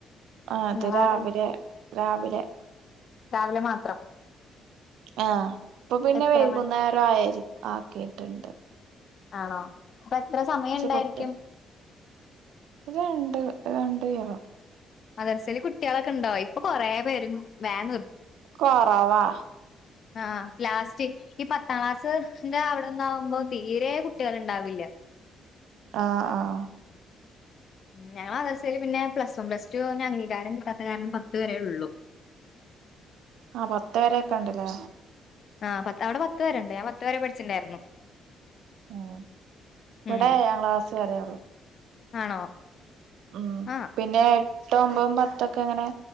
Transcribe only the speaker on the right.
ആ അത്
രാവിലെ രാവിലെ
ആഹ് ഇപ്പോ പിന്നെ
വൈകുന്നേരം
ആയരിക് ആക്കിട്ടുണ്ട്
കുട്ടി രണ്ട് രണ്ട് കീറോ
കൊറവാ
ആഹ് ആഹ്
ആഹ് പത്ത് വരെക്കെ ഇണ്ടല്ലേ
ഉം ഇവടെ
ഏഴാം ക്ലാസ സ്സ് വരെള്ളൂ
ഉം
പിന്നെ എ ട്ടും ഒമ്പതും പത്തൊക്കെ ങ്ങനെ